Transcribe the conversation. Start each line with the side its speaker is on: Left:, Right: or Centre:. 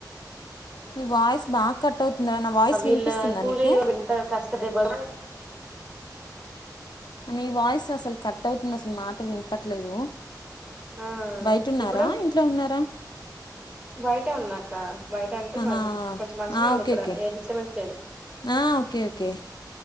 Left: నీ వాయిస్ బాగా కట్ అవుతుందా నా వాయిస్
Right: వీళ్ళ
Left: వినిపిస్తుందా
Right: కూలీ
Left: నీకు
Right: ఎంత కష్టపడిపౌ
Left: నీ వాయిస్ అసలు కట్ అవుతుంది అసలు మాట వినపట్లేదు
Right: ఆ
Left: బయట ఉన్నారా
Right: ఇప్పుడు
Left: ఇంట్లో ఉన్నారా
Right: బయటే ఉన్నాక్క బయట అంటే
Left: ఆహ
Right: మరి కొంచెం మంచిగా
Left: ఆ
Right: ఉంది
Left: ఓకే
Right: ఇక్కడ
Left: ఓకే
Right: ఏ డిస్టర్బెన్స్ లేదు
Left: ఆ ఓకే ఓకే